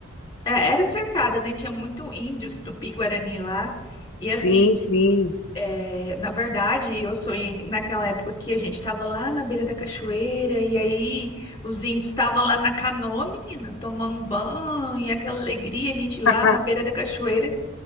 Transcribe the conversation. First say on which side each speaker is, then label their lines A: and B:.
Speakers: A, on the left; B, on the left.
A: é, era cercada, né? Tinha muito índios Tupi-Guarani lá. E
B: Sim,
A: assim,
B: sim.
A: é, na verdade, eu sonhei naquela época que a gente estava lá na beira da cachoeira e aí os índios estavam lá na canoa, menina, tomando banho e aquela alegria, a gente lá
B: <laughs>
A: na beira da cachoeira.